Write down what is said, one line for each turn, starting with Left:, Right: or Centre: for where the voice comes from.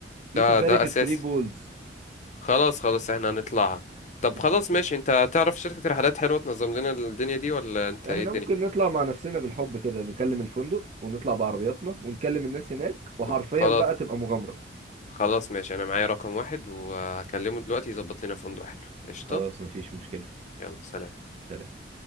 Right: في
Left: ده
Right: سفاري
Left: ده
Right: في
Left: اساسي
Right: ثري بولز
Left: خلاص خلاص احنا هنطلعها طب
Right: مفيش
Left: خلاص
Right: مشكلة
Left: ماشي انت تعرف شركة رحلات حلوة تنظم لنا الدنيا دي ولا انت ايه
Right: احنا
Left: الدنيا
Right: ممكن نطلع مع نفسنا بالحب كده نكلم الفندق ونطلع بعربياتنا ونكلم الناس هناك وحرفيا
Left: طب خلاص
Right: بقى تبقى مغامرة
Left: خلاص ماشي انا معايا رقم واحد وهكلمه دلوقتي يظبط لنا فندق حلو قشطة
Right: خلاص مفيش مشكلة
Left: يلا سلام
Right: سلام